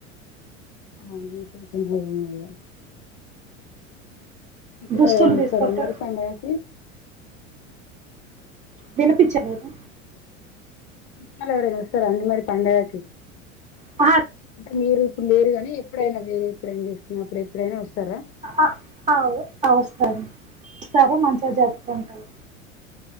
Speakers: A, on the left; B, on the right.
A: అవుతుని మ <unintelligible>
B: దుస్తులు తీసుకొత్త వినిపించలేదు
A: చుట్టాలు ఎవరైనా వస్తారా అండి మరి పండగకి
B: అ
A: అంటే మీరు ఇప్పుడు లేరు గా నీ ఎప్పుడైనా వేరే ఇప్పు ఏం చేస్తుప్పుడు ఎప్పుడైనా వస్తారా
B: అహ అవు ఆ వస్ సరే మంచిగా జరుపుతుంటారు